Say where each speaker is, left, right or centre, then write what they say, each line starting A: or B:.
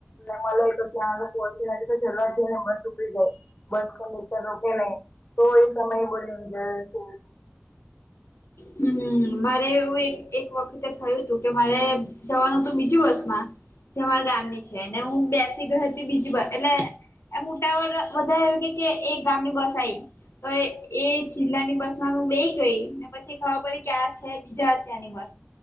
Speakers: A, on the left (about 40°); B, on the left (about 85°).
A: ને મલે, તો ત્યાં આગળ પહોંચી ને હજુ તો ચડવા જ જઈયે ને બસ ઉપડી જાય. બસ કંડક્ટર રોકે નહીં, તો એ સમય બો ડેન્જર છે.
B: હમ્મ. હમ્મ, મારે એવું એક એક વખતે થયું હતું, કે મારે જવાનું હતું બીજું બસમાં જે મારા ગામની છે, ને હું બેસી ગઈ હતી બીજી બ એટલે એમ ઉટાવળ બધા એવુ કે કે, એક ગામની બસ આઈ. તો એ એ જિલ્લાની બસ માં હું બેઈ ગઈ, ને પછી ખબર પડી કે આ છે બીજા ત્યાંની બસ.